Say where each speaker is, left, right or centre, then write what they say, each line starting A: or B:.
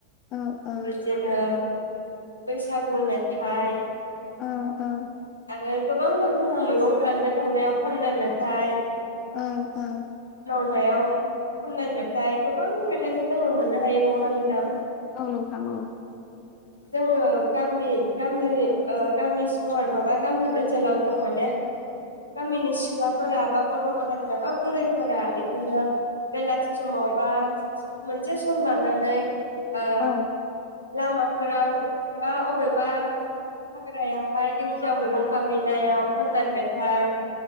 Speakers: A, on the left; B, on the left.
A: औ औ
B: बिदिनो बैसागु मेथाइ
A: औ औ
B: आरो गोबां दंबावो मैगं खानो थांनायाव खननाय मेथाइ
A: औ औ
B: खानायाव खन्नाय मेथाइ गोबां मेथाइखौ जोङो मोननोहायो नंगौना नोंथां
A: औ नोंथां औ
B: जोङो गामि गामि ओह गामि सहर माब बा गामि ओनसोलाव जों माने गामिनि सिख्लाफोरा बा गथ गथायफोरा बा बुरैफोरा इदिनो बेलासि समाव बा मोनसे सम लानानै ओ
A: औ
B: लामा फोराव बा अबेबा हाग्रायावहाय दिं खिया मैगं खाहैनायाव खान्नाय मेथाइ